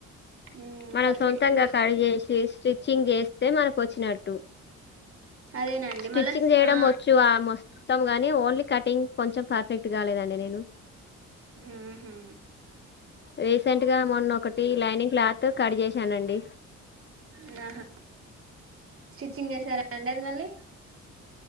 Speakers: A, on the right; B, on the left.
A: ఉమ్
B: మనం
A: పర్ఫెక్ట్
B: సొంతంగా
A: గా వస్తే
B: కడిజెసీ స్టి చింగ్ చేస్తే మనకొచ్చినట్టు
A: అదేనండి
B: స్టిచ్చింగ్
A: మళ్ళా
B: చేయడం
A: ఆ
B: వొచ్చు ఆమొస్ మొత్తం గానీ ఓన్లీ కటింగ్ కొంచం పర్ఫెక్ట్ కాలేదండి నేనూ
A: ఉహు
B: రీసెంటు గా మొన్న ఒకటీ లైనింగ్ క్లాత్ తో కట్ చేశానండీ
A: ఉమ్ ఆహా స్టిచ్చింగ్ చేసారా అండి అది మళ్ళీ